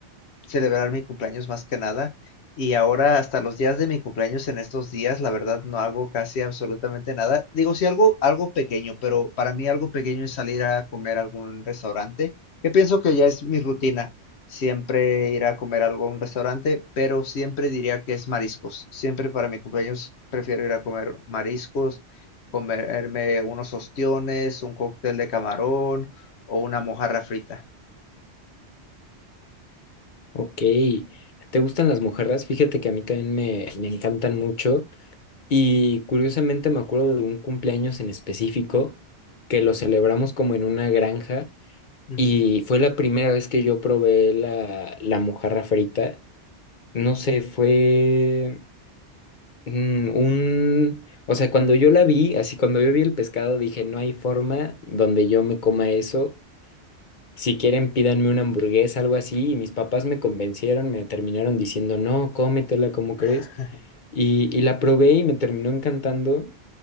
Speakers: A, on the left; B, on the left.
A: celebrar mi cumpleaños más que nada. Y ahora hasta los días de mi cumpleaños en estos días, la verdad no hago casi absolutamente nada. Digo, sí algo, algo pequeño, pero para mí algo pequeño es salir a comer a algún restaurante, que pienso que ya es mi rutina. Siempre ir a comer algo a un restaurante, pero siempre diría que es mariscos. Siempre para mi cumpleaños prefiero ir a comer mariscos, comerme unos ostiones, un cóctel de camarón o una mojarra frita.
B: Ok, ¿te gustan las mojarras? Fíjate que a mí también me, me encantan mucho y curiosamente me acuerdo de un cumpleaños en específico que lo celebramos como en una granja
A: Ujú.
B: y fue la primera vez que yo probé la, la mojarra frita. No sé, fue mm, un... O sea, cuando yo la vi, así cuando yo vi el pescado dije, no hay forma donde yo me coma eso si quieren, pídanme una hamburguesa, algo así. Y mis papás me convencieron, me terminaron diciendo, no, cómetela, ¿cómo crees?
A: <laughs>
B: Y, y la probé y me terminó encantando.